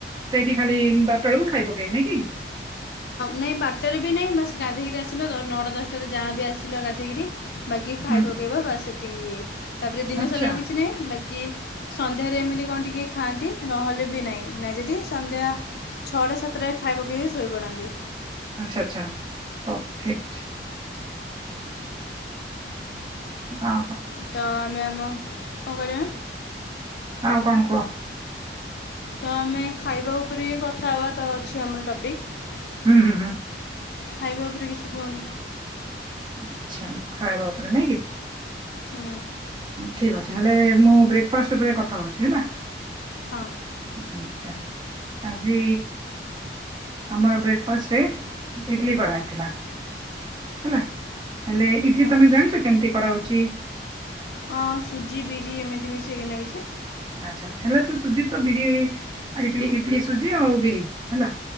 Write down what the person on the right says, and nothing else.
ସେଇଠି ଖାଲି ବାରଟା ବେଳକୁ ଖାଇ ପକେଇ ନାଇଁ କି
ହୁଁ
ଆଚ୍ଛା
ଆଛା ଆଚ୍ଛା ହଉ ଠିକ ଅଛି ଆ
ଆଉ କଣ କୁହ।
ହୁଁ ହୁଁ ହୁଁ।
ଆଛା ଖାଇବା ଉପରେ ନେଇକି
ଠିକ ଅଛି ହେଲେ ମୁଁ ବ୍ରେକ୍ ଫାଷ୍ଟ ଉପରେ କଥା ହଉଛି ହେଲା।
ଆଛା ଆଜି ଆମର ବ୍ରେକ୍ଫାଷ୍ଟରେ <unintelligible> କରାହଇଥିଲା। ହେଲା। ହେଲେ ଇଟ୍ଲି
ତମେ ଜାଣିଛ କେମିତି କରାହଉଛି।
ଆଚ୍ଛା ହେଲେ ତ ସୁଜି ତ ବିରି ଇ ଇଡଲି ସୁଜି ଆଉ। ବିରି ହେଲା।